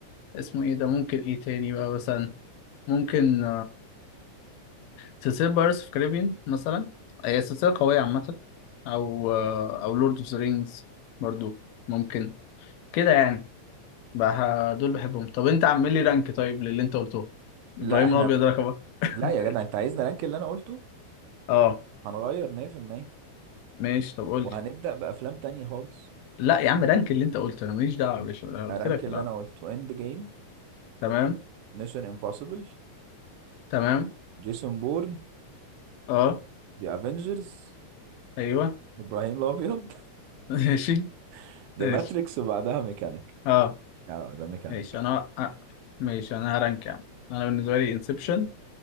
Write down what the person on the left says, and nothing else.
اسمه ايه ده ممكن ايه تاني بقى مثلا ممكن سلسلة بايرتس في كاريبيان مثلا هي سلسلة قوية عامة أو أو لورد أوف ذا رينجز برضو ممكن كده يعني بقى دول بحبهم طب أنت عامل لي رانك طيب للي أنت قلته
إبراهيم
الأبيض رقم واحد. <laughs>
أه
ماشي طب قول
لي
لا يا عم رانك اللي أنت قلته أنا ماليش دعوة يا باشا أنا قلت
لك في
الأول
تمام
تمام
أه
أيوه
<laughs> ماشي
ماشي
أه
ماشي أنا أه. ماشي أنا هرانك يا عم أنا بالنسبة لي انسبشن